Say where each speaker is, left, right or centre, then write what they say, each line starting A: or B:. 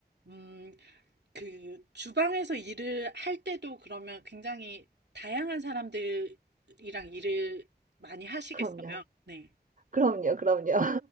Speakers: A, on the right; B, on the right.
A: 음, 그 주방에서 일을 할 때도 그러면 굉장히 다양한 사람들이랑 일을 많이 하시겠어요?
B: 그럼요.
A: 네.
B: 그럼요, 그럼요.